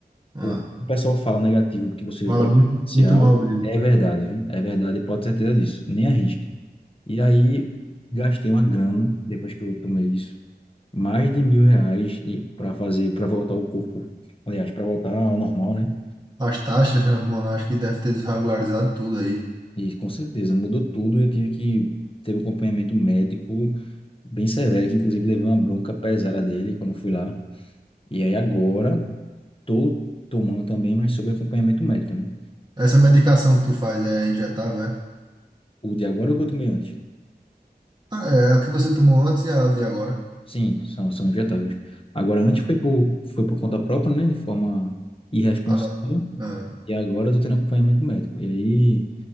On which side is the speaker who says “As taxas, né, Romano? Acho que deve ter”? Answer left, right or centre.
Right